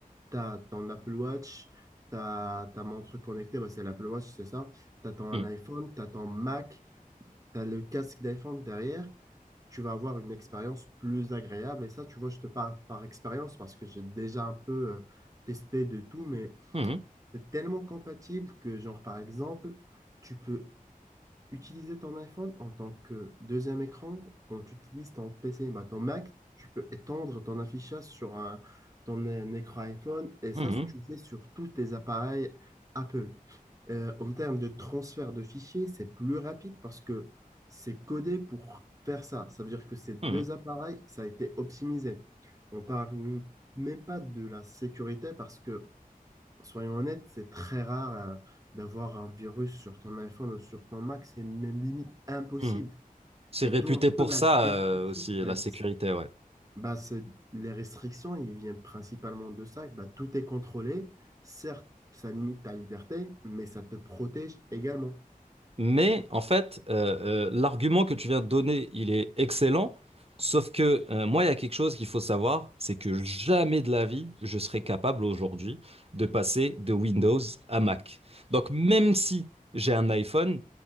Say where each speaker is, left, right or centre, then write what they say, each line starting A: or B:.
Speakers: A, on the right; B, on the right.
A: tu as ton Apple Watch, tu ta montre connectée, bah, c'est l'Apple Watch, c'est ça. Tu as ton
B: Mm.
A: iPhone, tu as ton Mac, tu as le casque d'iPhone derrière tu vas avoir une expérience plus agréable. Et ça, tu vois, je te parle par expérience parce que j'ai déjà un peu euh, testé de tout, mais
B: Mhm.
A: c'est tellement compatible que, genre, par exemple, tu peux utiliser ton iPhone en tant que deuxième écran quand tu utilises ton PC. Bah, ton Mac, tu peux étendre ton affichage sur un, ton euh, écran iPhone et ça,
B: Mhm.
A: si tu le fais sur tous tes appareils Apple. Euh, en termes de transfert de fichiers, c'est plus rapide parce que c'est codé pour faire ça. Ça veut dire que ces deux
B: Mhm.
A: appareils, ça a été optimisé. On parle même pas de la sécurité parce qu'on Soyons honnêtes, c'est très rare euh, d'avoir un virus sur ton iPhone ou sur ton Mac, c'est même limite impossible.
B: Mhm. C'est
A: Et
B: réputé
A: d'où un
B: pour
A: peu la
B: ça,
A: restriction.
B: euh, aussi,
A: Bah,
B: la sécurité,
A: c'est-
B: ouais.
A: bah, c'est- les restrictions, ils viennent principalement de ça. Bah, tout est contrôlé. Certes, ça limite ta liberté, mais ça te protège également.
B: Mais en fait, euh, euh, l'argument que tu viens de donner, il est excellent. Sauf que euh, moi, il y a quelque chose qu'il faut savoir, c'est que jamais de la vie, je serai capable aujourd'hui de passer de Windows à Mac. Donc même si j'ai un iPhone,